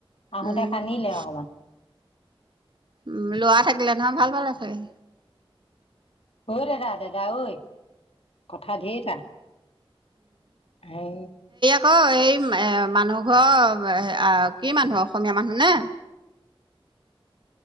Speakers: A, on the left; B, on the right.
A: আহোতে
B: উম,
A: কান্িলে অকমান
B: উম লৰা থাকিলে নহয় ভাল ভাল আ চাগে
A: ৰোদ দাদা ই কথা ধেতটা হ
B: অ এই এ মানুহ ঘৰ কি মানুহ অসমীয়া মানুহ নে
A: <inaudible>